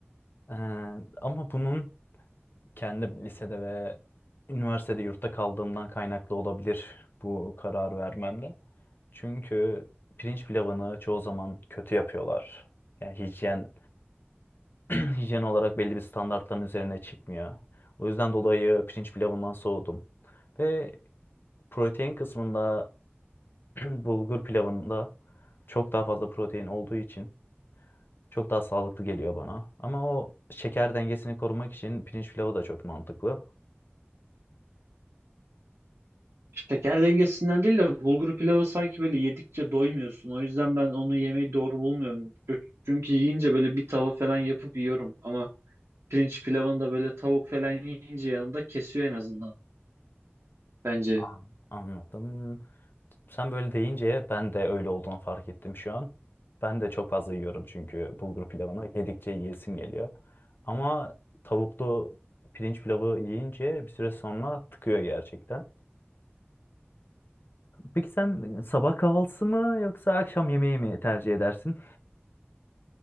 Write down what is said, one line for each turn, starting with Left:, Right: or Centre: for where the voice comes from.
Left: Ee, ama bunun kendi lisede ve üniversitede yurtta kaldığımdan kaynaklı olabilir bu karar vermemle. Çünkü pirinç pilavını çoğu zaman kötü yapıyorlar. Yani hijyen <clears throat> hijyen olarak belli bir standartların üzerine çıkmıyor. O yüzden dolayı pirinç pilavından soğudum. Ve protein kısmında <clears throat> bulgur pilavında çok daha fazla protein olduğu için çok daha sağlıklı geliyor bana. Ama o şeker dengesini korumak için pirinç pilavı da çok mantıklı.
Right: Şeker dengesinden değil de bulgur pilavı sanki böyle yedikçe doymuyorsun. O yüzden ben onu yemeyi doğru bulmuyorum. Çünkü yiyince böyle bir tava falan yapıp yiyorum. Ama pirinç pilavını da böyle tavuk falan yiyince yanında kesiyor en azından bence.
Left: An- Anladım. Sen böyle deyince ben de öyle olduğunu fark ettim şu an. Ben de çok fazla yiyorum çünkü bulgur pilavını yedikçe yiyesim geliyor. Ama tavuklu pirinç pilavı yiyince bir süre sonra tıkıyor gerçekten. Peki sen sabah kahvaltısı mı yoksa akşam yemeği mi tercih edersin?